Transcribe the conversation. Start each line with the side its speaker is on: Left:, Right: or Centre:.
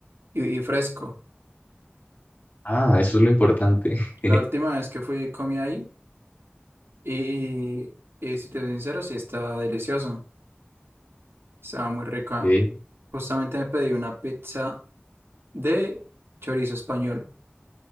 Right: y, y fresco.
Left: Ah, eso es lo importante. <laughs>
Right: La última vez que fui comí ahí y, y, y si te soy sincero, sí está delicioso. Estaba muy rica.
Left: Sí.
Right: Justamente me pedí una pizza de chorizo español.